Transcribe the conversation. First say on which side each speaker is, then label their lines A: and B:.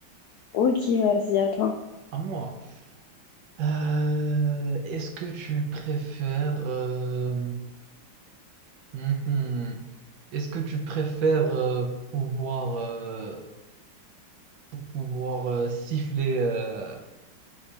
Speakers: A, on the left; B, on the right.
A: Ok, vas-y, à toi.
B: À moi. Euh, est-ce que tu préfères. euh, mhm. Est-ce que tu préfères euh, pouvoir, euh, pou- pouvoir euh, siffler. euh,